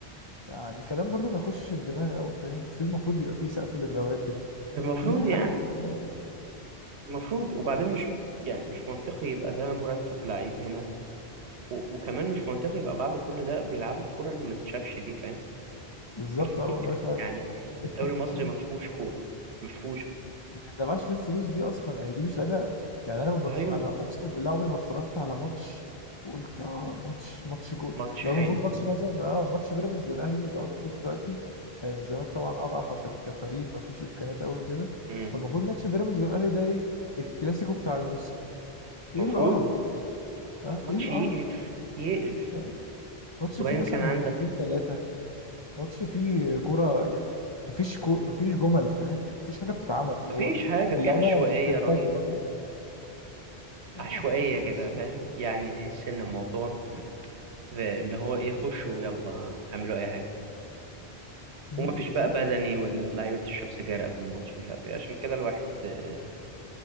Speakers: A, on the left (about 35°); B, on the right (about 85°).
A: يعني كلام برضو ما يخشش الدماغ قوي فاهم في المفروض يبقى في سقف للرواتب
B: المفروض
A: في
B: يعني
A: حاجات كتير قوي
B: المفروض وبعدين مش يعني مش منطقي يبقى ده مرتب لعيب هنا و... وكمان مش منطقي يبقى بعد كل ده بيلعبوا الكرة اللي ما تتشافش دي فاهم
A: بالظبط
B: <laughs>
A: اه والله فعلا
B: يعني
A: <laughs>
B: الدوري المصري ما فيهوش كورة ما فيهوش
A: ما يدفعش فيه الفلوس دي اصلا يعني دي مش لعيبه يعني انا ما
B: ايوه
A: بتف... انا اقسم بالله عمري ما اتفرجت على ماتش وقلت اه ماتش ماتش كو
B: ماتش
A: لو
B: حلو
A: المفروض ماتش مثلا اه ماتش بيراميدز والاهلي لو المفروض دلوقتي يعني الزمالك طبعا اضعف عشان كفريق ما فيش امكانيات قوي وكده
B: امم
A: فالمفروض ماتش بيراميدز والاهلي ده ايه الكلاسيكو بتاع الموسم ايه
B: المفروض
A: القرف ده اه
B: ماتش
A: ايه القرف
B: يقرف
A: ده
B: يقرف
A: آه. ماتش
B: وبعدين
A: فيه مثلا
B: كان عندك
A: هجمتين ثلاثه ماتش فيه كوره يعني مفيش كو... مفيش جمل فاهم يعني مفيش حاجه بتتعمل هو
B: مفيش حاجة في
A: اللعيبه
B: عشوائية
A: بترتجل
B: رهيبة كده
A: فاهم؟ لا
B: عشوائية
A: لا حاجة صعبة
B: كده
A: الصراحة
B: فاهم يعني تحس ان الموضوع ب- اللي هو ايه خشوا يلا اعملوا اي حاجة
A: أمم،
B: ومفيش
A: بالظبط
B: بقى بدني واللعيبه بتشرب سجاير قبل الماتش مش عارف ايه عشان كده الواحد آه،